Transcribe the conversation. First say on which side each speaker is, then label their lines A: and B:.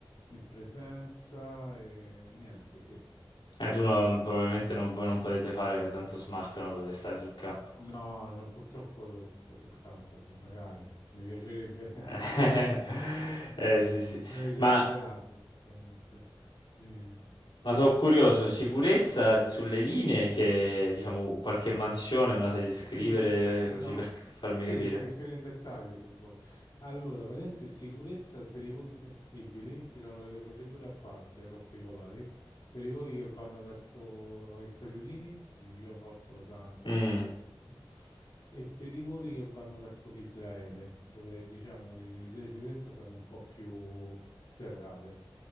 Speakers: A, on the left; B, on the left.
A: in presenza e niente, sì.
B: Eh, tu non- probabilmente non, voi non potete fare tanto smart, no? Dovete stare sul campo.
A: No, no, purtroppo devo stare sul campo, sì, magari. Mi piacerebbe, <laughs> mi
B: Eh, <laughs> eh, sì, sì.
A: piacerebbe
B: Ma,
A: tanto. sinceramente. Dimmi.
B: ma sono curioso, sicurezza sulle linee che, diciamo, qualche mansione me la sai descrivere
A: Allora, no,
B: così per farmi
A: sì,
B: capire.
A: se spiego in dettaglio se vuoi. Allora, praticamente sicurezza per i voli sensibili, ci sono delle procedure a parte particolari, per i voli che vanno verso gli Stati Uniti, New York, Los Angeles,
B: Mm,
A: insomma, no? e per i voli che vanno verso l'Israele, dove diciamo le le misure di sicurezza sono un po' più serrate.